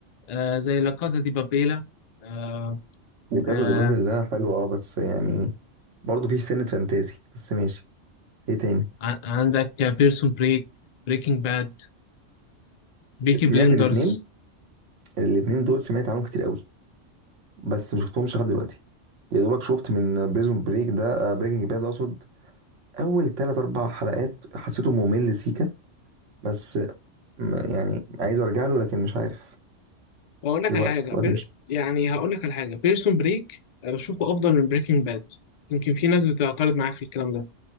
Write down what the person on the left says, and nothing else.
آه، زي لا كازا دي بابيلا آه،
آه،
ع- عندك بيرسون بريك بريكنج باد بيكي
بليندرز
واقول لك
على حاجه
بير...
يعني هقول لك على حاجه بيرسون بريك بشوفه افضل من بريكنج باد يمكن في ناس بتعترض معايا في الكلام ده